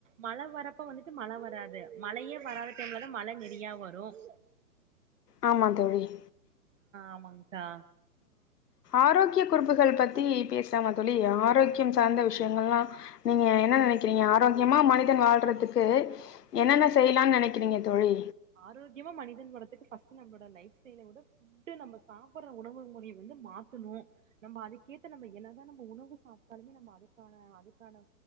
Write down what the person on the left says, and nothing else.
ஆமா தோழிஹ
ஆரோக்கிய குறிப்புகள் பத்தி பேசலாம சொல்லி ஆரோக்கியம் சார்ந்த விஷயங்கள்ல்லாம் நீங்க என்ன நினைக்கிறீங்க ஆரோக்கியமா மனிதன் வாழ்றதுக்கு என்னென்ன செய்யலாம்னு நினைக்கிறீங்க தோழி